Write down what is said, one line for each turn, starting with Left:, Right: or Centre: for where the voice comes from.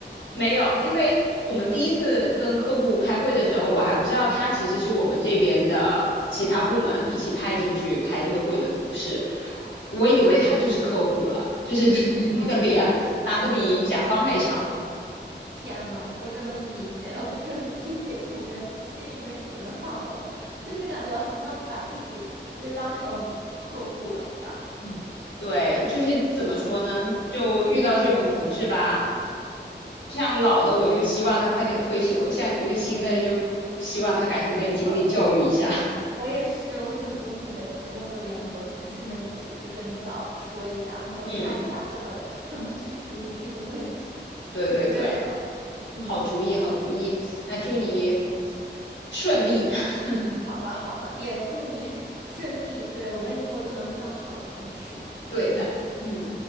Left: 没有，因为我们第一次跟客户开会的时候，我还不知道他其实是我们这边的其他部门一起派进去开这个会的同事，我以为他就是客户了，就是 <laughs> 那个脸拉的比甲方还长。
Right: 嗯，天呐，我真的不理解，我不是很 <laughs> 理解这种人心里面是怎么想的，就是感觉好像把自己就是当成客户了一样，嗯。
Left: 对，就是怎么说呢，就遇到这种同事吧，像老的我就希望他快点退休，像你这个新的就希望他赶紧被经理教育一下。
Right: 真的。我也是，我准我准备不行，我就联合同事们一起去跟领导说一下，然后看一下怎么怎么去处理这个问题。
Left: <laughs> 嗯，对对对。
Right: 真的，嗯，
Left: 好主意，好主意。那祝你顺利。<laughs>
Right: 好的好的，也祝你 <laughs> 顺利。对，我们以后都能遇到好的同事。
Left: 对的，
Right: 嗯。
Left: 嗯。